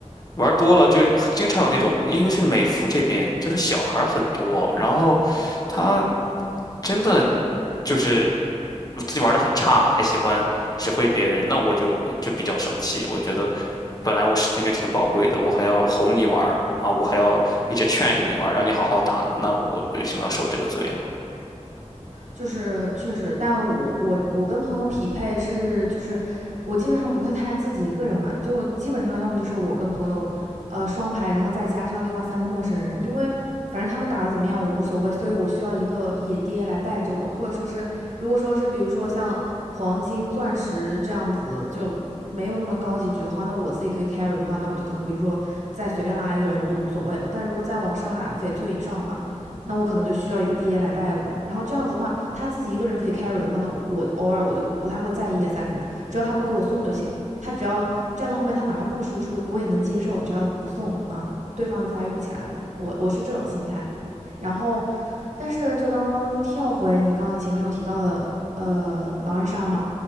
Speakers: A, on the left; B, on the right.
A: 玩多了就经常有那种，因为是美服这边就是小孩儿很多，然后他真的就是自己玩的很差，还喜欢指挥别人，那我就就比较生气。我觉得本来我时间就挺宝贵的，我还要哄你玩儿啊，我还要一直劝着你玩儿让你好好打，那我为什么要受这个罪啊？
B: 就是确实，但我我我跟朋友匹配是就是我基本上不会太自己一个人玩，就基本上要么就是我跟朋友。呃，双排，然后再加上另外三个陌生人，因为反正他们打的怎么样我无所谓，所以我需要一个野爹来带着我，或者说是，如果说是比如说像黄金、钻石这样子就没有那么高级局的话，那我自己可以 carry 的话，那我就可能比如说再随便拉一个人我就无所谓了，但如果再往上打翡翠以上的话，那我可能就需要一个爹来带我。然后这样子的话，他自己一个人可以 carry 的话，那我偶尔我就不太会在意那三个人，只要他不给我送就行。他只要站到后面，他哪怕不输出，我也能接受，只要不送啊，对方就发育不起来嘛。我我是这种心态。然后，但是就刚刚跳回你刚刚前面有提到的，呃，狼人杀嘛，